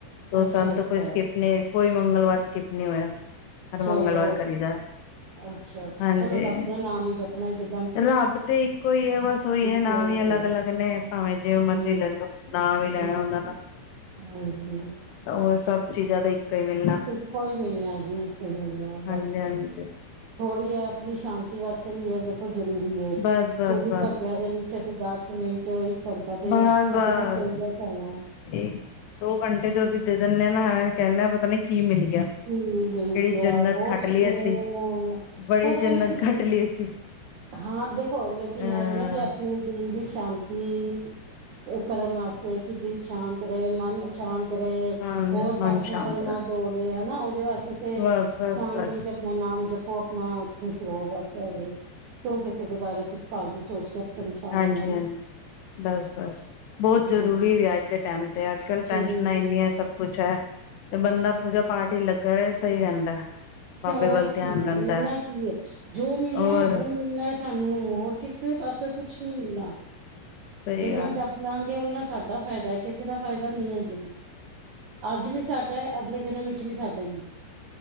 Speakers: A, on the left; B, on the right.
A: ਦੋ
B: ਅੱਛਾ
A: ਸਾਲ
B: ਅੱਛਾ
A: ਤੋਂ ਕੋਈ ਸਕਿਪ ਨਹੀਂ ਕੋਈ ਮੰਗਲਵਾਰ ਸਕਿਪ ਨਹੀਂ ਹੋਇਆ। ਹਰ
B: ਚਲੋ
A: ਮੰਗਲਵਾਰ ਕਰੀਦਾ
B: ਅੱਛਾ-ਅੱਛਾ
A: ਹਾਂਜੀ
B: ਚਲੋ ਰੱਬ ਦਾ ਨਾਮ ਹੀ ਜਪਣਾ ਤੇ।
A: ਰੱਬ ਤੇ ਇੱਕੋ ਹੀ ਹੈ ਬਸ ਉਹੀ ਹੈ ਨਾਮ
B: ਕੋਈ
A: ਹੀ ਅਲੱਗ-ਅਲੱਗ
B: ਹੈ
A: ਨੇ ਭਾਵੇਂ ਜਿਵੇਂ
B: ਜੀ
A: ਮਰਜੀ ਲੈਲੋ। ਨਾ ਹੀ ਲੈਣਾ
B: ਜੀ
A: ਹੁੰਦਾ
B: ਜੀ,
A: ਨਾ।
B: ਹਾਂਜੀ।
A: ਬਸ ਸਭ ਚੀਜ਼ਾਂ ਦਾ। ਹੀ ਮਿਲਣਾ
B: ਇੱਕੋ ਹੀ ਮਿਲਣਾ ਜੀ ਇੱਕੋ ਹੀ ਮਿਲਣਾ ਬਸ
A: ਹਾਂਜੀ ਹਾਂਜੀ
B: ਹੀ ਥੋੜ੍ਹੀ ਹੈ, ਆਪਣੀ ਸ਼ਾਂਤੀ। ਵਾਸਤੇ ਵੀ ਇਹ ਦੇਖੋ ਜਰੂਰੀ ਹੈ,
A: ਬਸ ਬਸ
B: ਚੌਵੀ
A: ਬਸ
B: ਘੰਟਿਆਂ ਦੇ ਵਿੱਚ ਅਸੀਂ ਦਸ ਮਿੰਟ। ਘੰਟਾ ਤੇ
A: ਬਸ-ਬਸ
B: ਕੱਢਣਾ ਚਾਹੀਦਾ ਸਾਨੂੰ।
A: ਇੱਕ ਦੋ ਘੰਟੇ ਜੋ ਅਸੀਂ ਦੇ। ਦਿੰਨੇ ਆ ਨਾ ਕਹਿੰਦੇ ਪਤਾ ਨਹੀ ਕੀ ਮਿਲ। ਗਿਆ
B: ਹੂੰ-ਹੂੰ, ਮਿਲ
A: ਕਿਹੜੀ
B: ਗਿਆ
A: ਜੰਨਤ
B: ਬਹੁਤ
A: ਖੱਟ ਲਈ
B: ਸਕੂਨ
A: ਅਸੀਂ ਬੜੀ
B: ਪਰ
A: ਜੰਨਤ
B: ਐਵੇਂ ਕਿ।
A: ਖੱਟ ਲਈ ਅਸੀਂ
B: ਹਾਂ ਦੇਖੋ ਲੇਕਿਨ
A: ਅਹ
B: ਇਹਵੇਂ ਨਾ ਕਿ, ਆਪਣੇ ਦਿਲ ਦੀ ਸ਼ਾਂਤੀ। ਕਰਨ ਵਾਸਤੇ ਕਿ ਦਿਲ ਸ਼ਾਂਤ ਰਹੇ ਮਨ। ਸ਼ਾਂਤ ਰਹੇ
A: ਹਾਂ
B: ਹੋਰ
A: ਮਨ
B: ਪਾਸਿਆਂ
A: ਸ਼ਾਂਤ
B: ਵੱਲ
A: ਰਹਿ,
B: ਨਾ ਦੌੜੇ ਹਨਾ ਉਹਦੇ ਵਾਸਤੇ ਤੇ।
A: ਬਸ
B: ਸ਼ਾਂਤ
A: ਬਸ ਬਸ
B: ਵਿੱਚ ਆਪਣਾ ਨਾਮ ਜਪੋ। ਉਹ ਆਪਣਾ ਖੁਸ਼ ਰਹੋਗਾ, ਬਸ ਇਹ ਕਿਉਂ ਕਿਸੇ ਦੇ ਬਾਰੇ ਕੁਛ ਫਾਲਤੂ ਸੋਚ ਕੇ। ਪਰੇਸ਼ਾਨ
A: ਹਾਂਜੀ
B: ਹੋਣਾ ਨਾ।
A: ਹਾਂਜੀ ਬਸ ਬਸ ਬਹੁਤ ਜ਼ਰੂਰੀ
B: ਹਾਂਜੀ
A: ਵੀ ਅੱਜ ਦੇ ਟੈਮ ਤੇ ਅੱਜ-ਕੱਲ੍ਹ ਟੈਂਸ਼ਨਾਂ
B: ਜ਼ਰੂਰੀ
A: ਇੰਨੀਆਂ
B: ਹੈ ਜੀ
A: ਸਭ ਕੁੱਛ ਹੈ। ਤੇ ਬੰਦਾ ਪੂਜਾ ਪਾਠ ਵਿਚ ਲੱਗਾ ਰਹੇ ਸਹੀ ਰਹਿੰਦਾ। ਬਾਬੇ
B: ਹੋਰ
A: ਵੱਲ
B: ਕੀ
A: ਧਿਆਨ ਰਹਿੰਦਾ
B: ਮਿਲਣਾ ਕੀ ਹੈ, ਜੋ ਮਿਲਣਾ
A: ਹੋਰ
B: ਉੱਧਰੋਂ ਹੀ ਮਿਲਣਾ ਹੈ ਸਾਨੂੰ ਹੋਰ ਕਿਥ ਕਿਸੇ ਪਾਸੇ ਕੁਛ ਨੀ ਮਿਲਣਾ
A: ਸਹੀ
B: ਜਿੰਨਾ
A: ਗੱਲ
B: ਜਪ ਲਾਂਗੇ ਉਹਨਾਂ ਸਾਡਾ ਫਾਇਦਾ ਹੈ, ਕਿਸੇ ਦਾ ਫਾਇਦਾ ਨਹੀਂ ਹੈ ਇਹਦੇ ਵਿੱਚ ਅੱਜ ਵੀ ਸਾਡਾ ਅਗਲੇ ਜਨਮ ਵਿੱਚ ਵੀ ਸਾਡਾ ਹੋ